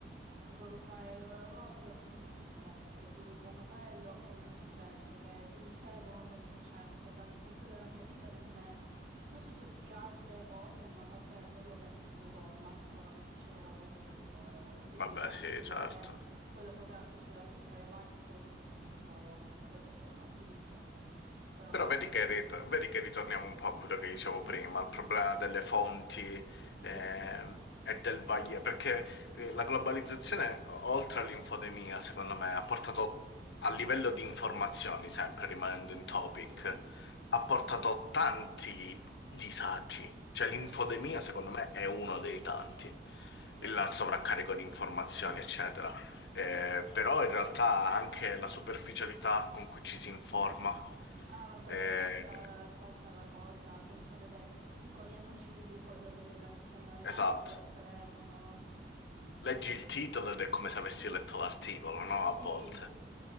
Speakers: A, on the right; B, on the left.
A: Tipo rubare l'orologio, non mi è successo, che ti rubano quello, non mi è successo, che ti inseguono, non mi è successo, che hanno tentato la mia vita, nemmeno. Sono successe altre cose, ma vabbè, quello perché sono donna, potevano succedere ovunque, tipo eh, molestie
B: vabbè,
A: sui mezzi,
B: sì,
A: non
B: certo.
A: è che quello poteva succedere a tutte le parti solo per il fatto che sono donna, ma quello è un altro discorso. Però,
B: Però
A: eh,
B: vedi che, rit- vedi che ritorniamo un po' a quello che dicevo
A: sì,
B: prima, al problema delle fonti ehm,
A: sì,
B: e del vaglio, perché eh, la globalizzazione, o- oltre all'infodemia, secondo me, ha portato a livello di informazioni, sempre rimanendo in topic,
A: sì,
B: ha portato tanti disagi. Cioè l'infodemia,
A: sì,
B: secondo me, è uno dei tanti,
A: sì.
B: il sovraccarico di informazioni, eccetera. Eh, però in realtà anche la superficialità con cui ci si informa.
A: Ah, vabbè,
B: Eh,
A: che basta, basta la cosa senza vedere tipo gli annunci di Google, quelli là che stanno ai lati
B: esatto.
A: del telefono.
B: Leggi il titolo ed è come se avessi letto l'articolo,
A: Eh,
B: no?
A: sì,
B: A volte.